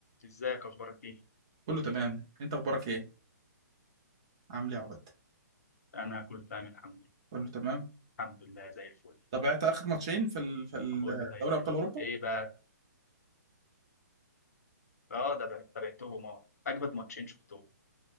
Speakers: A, on the left; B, on the right.
A: ازيك اخبارك ايه
B: كله تمام انت اخبارك ايه عامل ايه يا عبد
A: انا كله تمام الحمد لله
B: كله تمام
A: الحمد لله زي الفل
B: تابعت اخر ماتشين في ال... في ال-
A: كله زي
B: دوري
A: الفل
B: ابطال اوروبا
A: ايه بقى اه ده بقى تابعتهم اه اجمد ماتشين شفتهم